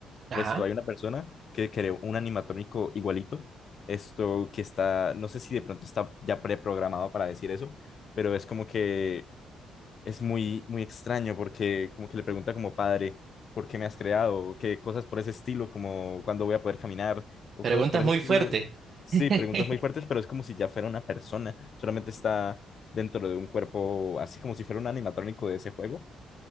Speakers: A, on the right (about 50°); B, on the left (about 50°).
A: Ajá.
B: Esto, hay una persona que creó un animatrónico igualito. Esto que está, no sé si de pronto está ya preprogramado para decir eso, pero es como que es muy, muy extraño porque como que le pregunta como padre, ¿por qué me has creado? O qué cosas por ese estilo, como cuándo voy a poder caminar, o
A: Preguntas
B: cosas por ese
A: muy
B: estilo.
A: fuertes.
B: Sí,
A: <laughs>
B: preguntas muy fuertes, pero es como si ya fuera una persona, solamente está dentro de un cuerpo, así como si fuera un animatrónico de ese juego,